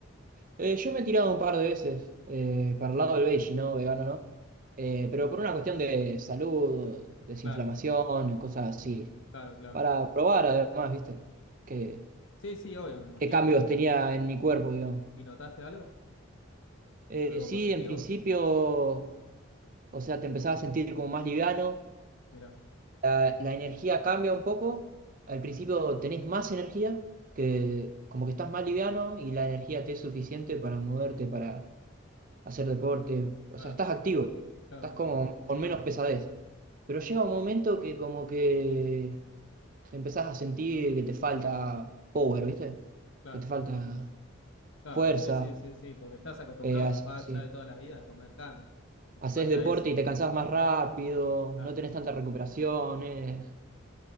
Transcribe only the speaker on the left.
Claro,
claro, claro.
Sí, sí, obvio, me imagino
que...
¿Y notaste algo?
¿Algo
positivo?
Mira,
claro,
claro,
claro,
claro,
claro,
sí, sí, sí, sí, porque estás acostumbrado
capaz
ya de toda la vida a comer carne y te
falta
eso.
Claro,